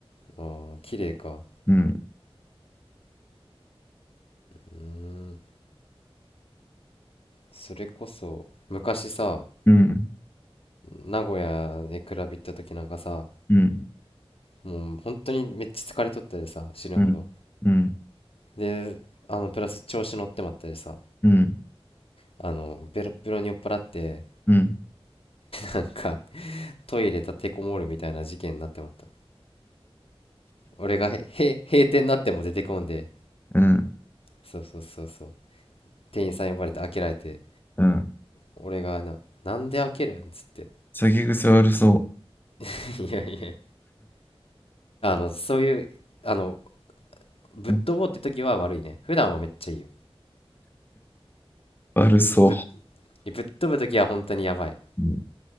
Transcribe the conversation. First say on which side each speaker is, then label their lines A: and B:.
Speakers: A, on the left (about 65°); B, on the left (about 20°).
A: あー綺麗か
B: うん。
A: うーんそれこそ昔さ
B: うん。
A: 名古屋でクラブ行った時なんかさ
B: うん。
A: もう本当にめっちゃ疲れとったでさ死ぬほど
B: うん。うん。
A: であのプラス調子乗ってまったりさ
B: うん。
A: あのベロッベロに酔っ払って
B: うん。
A: なんかトイレ立てこもるみたいな事件になってまった俺がへへ閉店になっても出てこんで
B: うん。
A: そうそうそうそう店員さん呼ばれて開けられて
B: うん
A: 俺がな「なんで開けるん?」っつって
B: 酒癖悪そ
A: <laughs>「いやいやあのそういうあのぶっ飛ぼうって時は悪いね普段はめっちゃいいよ
B: う。悪そう。
A: そうぶっぶっ飛ぶ時は本当にやばい、
B: うん